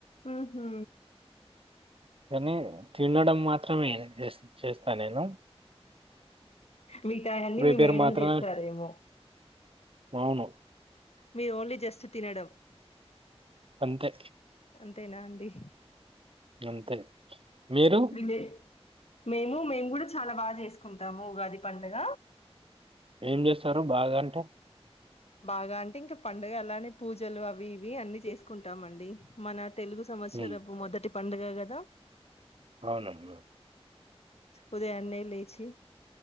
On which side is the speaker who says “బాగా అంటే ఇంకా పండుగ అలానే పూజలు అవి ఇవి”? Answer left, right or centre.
Left